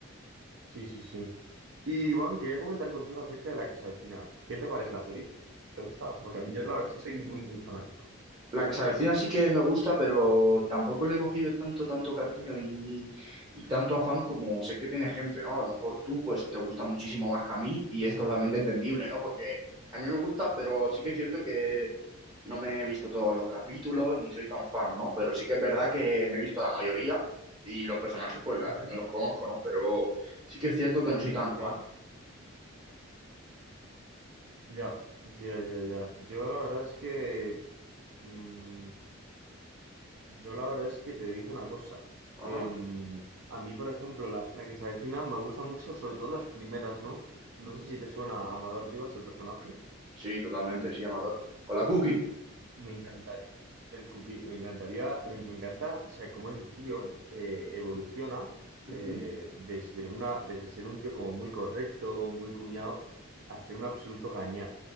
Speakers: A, on the right (about 65°); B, on the right (about 20°).
A: Sí, sí, sí. Y Iván, quería comentar contigo acerca de la que se avecina. ¿Qué te parece la serie? ¿Te gusta? O sea, porque a mí yo la verdad es que soy muy, muy fanático.
B: La que se avecina sí que me gusta, pero tampoco le he cogido tanto, tanto cariño y, y tanto afán como sé que tiene gente, ¿no? A lo mejor tú, pues, te gusta muchísimo más que a mí y es totalmente entendible, ¿no? Porque a mí me gusta, pero sí que es cierto que no me he visto todos los capítulos ni soy tan fan, ¿no? Pero sí que es verdad que me he visto la mayoría y los personajes, pues, la-
A: Ujú,
B: me los conozco, ¿no? Pero sí que es cierto que no soy tan fan.
A: Sí. Ya, ya, ya, ya. Yo la verdad es que, mm, yo la verdad es que te digo una cosa.
B: Ajá.
A: Em, a mí, por ejemplo, la, la que se avecina me gusta mucho, sobre todo las primeras, ¿no? No sé si te suena a Amador Rivas, el personaje.
B: Sí, totalmente, sí, Amador. Con la cookie.
A: Me encantaría. El cookie, me encantaría, me, me encanta, o sea, cómo el tío eh, evoluciona
B: Ujú.
A: eh, desde una, desde ser un tío como muy correcto, muy cuñado, a ser un absoluto gañán,